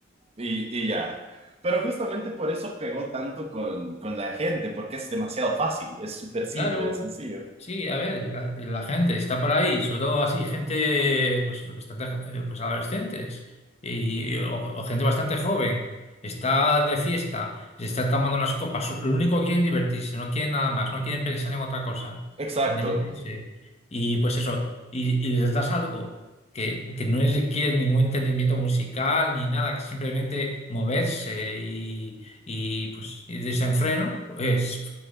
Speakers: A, on the right; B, on the left.
A: y, y ya. Pero justamente por eso pegó tanto con, con la gente, porque es demasiado fácil, es súper simple,
B: Claro,
A: es sencillo.
B: sí, a ver, la, la gente está por ahí, sobre todo así, gente, pues, bastante, eh, pues adolescentes y, y- o, o gente bastante joven, está de fiesta, se está tomando unas copas, lo único que quieren es divertirse, no quieren nada más, no quieren pensar en otra cosa,
A: Exacto.
B: en divertirse. Y pues eso, y, y les das algo que, que no requiere ningún entendimiento musical ni nada, que simplemente moverse y, y pues y desenfreno, pues.